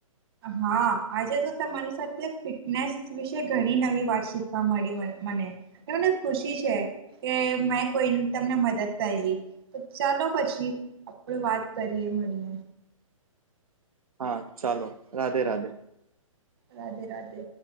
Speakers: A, on the right; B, on the right.
A: હા, આજે તો તમારી સાથે ફિટનેસ વિશે ઘણી નવી વાત શીખવા મળી મને મને ખુશી છે. કે મેં કોઈ તમને મદદ કરવી ચાલો પછી, આપડ વાત કરીએ મળીને.
B: હા, ચાલો રાધે રાધે.
A: રાધે રાધે.